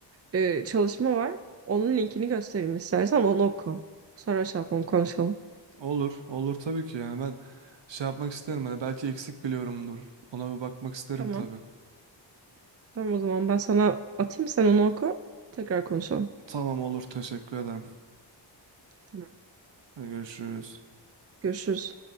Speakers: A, on the right; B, on the right.
A: e, çalışma var. Onun linkini göstereyim istersen onu oku. Sonra şey yapalım konuşalım.
B: Olur, olur tabii ki. Yani ben şey yapmak isterim. Hani belki eksik biliyorumdur. Ona bir bakmak isterim
A: Tamam.
B: tabii.
A: Tamam o zaman ben sana atayım sen onu oku. Tekrar konuşalım.
B: Tamam olur, teşekkür ederim.
A: Tamam.
B: Hadi görüşürüz.
A: Görüşürüz.